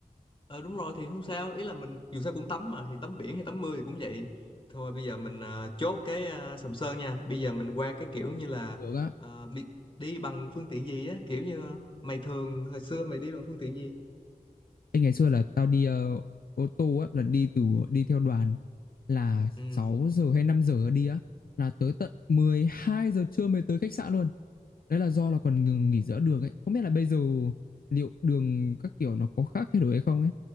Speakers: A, on the left; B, on the left.
A: ờ đúng rồi thì không sao ý là mình dù sao cũng tắm mà thì tắm biển hay tắm mưa thì cũng vậy thôi bây giờ mình à, chốt cái à, Sầm Sơn nha bây giờ mình qua cái kiểu như là
B: Được á.
A: à, bị, đi bằng phương tiện gì á kiểu như mày thường hồi xưa mày đi bằng phương tiện gì
B: Ê, ngày xưa là tao đi ờ, ô tô á, là đi từ đi theo đoàn là
A: ừ
B: 6 giờ hay 5 giờ đi á là tới tận 12 giờ trưa mới tới khách sạn luôn. Đấy là do là còn ngừng nghỉ giữa đường ấy. Không biết là bây giờ liệu đường các kiểu nó có khác thay đổi hay không ấy.